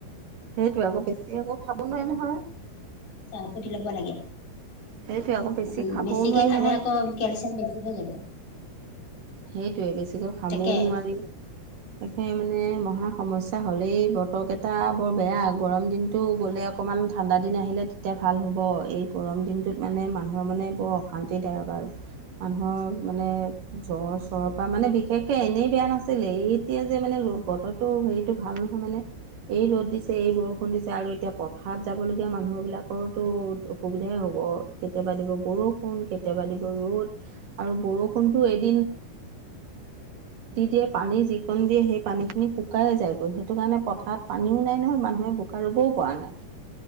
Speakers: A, on the right (about 65°); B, on the left (about 55°).
A: সেইটোৱে আকৌ বেছি আকৌ খাব নোৱাৰি নহয়
B: <unintelligible> সুধি ল'ব লাগে
A: সেইটোৱে আকৌ বেছি
B: উ
A: খাবও
B: বেছিকে
A: নোৱাৰি
B: খালে
A: নহয়
B: আকৌ কেলচিয়াম বেছি হৈ যাব
A: সেইটোৱে বেছিকৈ খাবও
B: তাকে
A: নোৱাৰিম একে মানে মহা সমস্যা হ'লেই বতৰকেইটা বৰ বেয়া গৰম দিনটো গ'লে অকণমান ঠাণ্ডা দিন আহিলে তেতিয়া ভাল হ'ব এই গৰম দিনটোত মানে মানুহৰ মানে বৰ অশান্তিদায়ক আৰু মানুহৰ মানে জ্বৰ চ্বৰ পৰা মানে বিশেষকে এনেই বেয়া নাছিলে এতিয়া যে মানে বতৰটো হেৰিতটো ভাল নহয় মানে এই ৰ'দ দিছে এই বৰষুণ দিছে আৰু এতিয়া পথাৰ যাবলগীয়া মানুহ বিলাকৰো অসুবিধাই হ'ব কেতিয়াবা দিব বৰষুণ কেতিয়াবা দিব ৰ'দ আৰু বৰষুণটো <unintelligible> ৰ'দ দি পানী যি কণ দিয়ে সেই পানীখিনি শুকাই যায় গৈ সেতু কাৰণে পথা তাত পানীও নাই নহয় মানুহে বোকা ৰুবও পৰা নাই